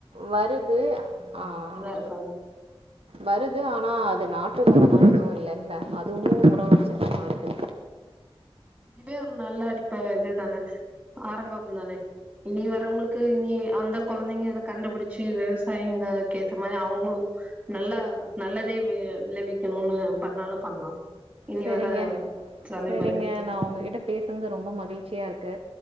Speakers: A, on the right; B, on the right.
A: வருது ஆஹ்
B: இருக்காங்க
A: வருது ஆனா அது நாட் இயற்கை எதுவும் இல்லால அதுவு உற வச்சி தானே வருது
B: இதுவே ஒரு நல்ல அடிப்ப இது தானே ஆரம்பம் தானே இனி வர்வங்களுக்கு இனி அந்த கொலைந்தைங்க அத கண்டுபிடிச்சு விவசாயிங்கக்க ஏத்த மாரி அவங்களு நல்லா நல்லதே விளைவிக்கனோனு பண்ணாலும் பண்ணலாம் இனி
A: சரிங்க
B: வர சமீபர்கள்
A: சரிங்க நான் உங்ககிட்ட பேசறது ரொம்ப மகிழ்ச்சியா இருக்கு